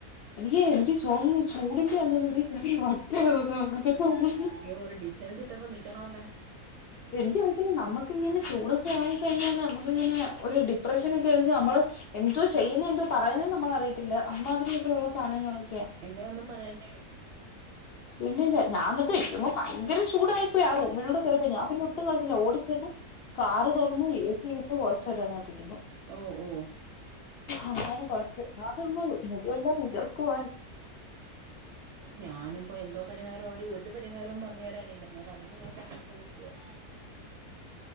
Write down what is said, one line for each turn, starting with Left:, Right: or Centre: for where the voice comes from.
Left: എനിക്ക് എനിക്ക് <unintelligible> ചൂടിന്റെ ആണെന്ന് തോന്നുന്നു ഈ. എടി വട്ടാണെന്ന് <unintelligible> തോന്നുന്നു,
Right: അയ്യോ ഒരു ഡിസ്റ്റൻസ് ഇട്ടപ്പോ നിക്കണോല്ലേ
Left: എനിക്കറിയത്തില്ല നമുക്ക് ഇങ്ങനെ ചൂടൊക്കെ ആ കഴിഞ്ഞല് നമ്മളിങ്ങനെയാ. ഒരു ഡിപ്രഷനൊക്കെ അടിച്ച് നമ്മൾ എന്തോ ചെയ്യുന്നെ എന്തോ പറയുന്നെ നമ്മൾ അറിയത്തില്ല അമ്മാതിരിയൊക്കെ ഉള്ള സാധനങ്ങളൊക്കെ
Right: എന്നെ ഒന്നും പറയല്ലേടി
Left: ഇല്ലില്ല. <unintelligible> ഭയങ്കര ചൂടായിപ്പോയി ആ റൂമിലൂടെ ക അപ്പൊ ഞാൻ പിന്നെ ഒട്ടും കളിച്ചില്ല ഓടിച്ചെന്ന് കാറ് തുറന്നു എസി ഇട്ട്. സ്വരയാണ് ആദ്യം.
Right: ഓഹ് ഓഹ്
Left: അങ്ങനെ കൊറച്ച് ആദ്യം ഒന്ന്. <unintelligible>
Right: ഞാനിപ്പോ എന്തോ പരിഹാരയടി ഒരു പരിഹാരവും പറഞ്ഞു തരാനില്ല ഞാൻ അതിലും ഇവിടെ കിടന്ന് അനുഭവിക്കുവാ.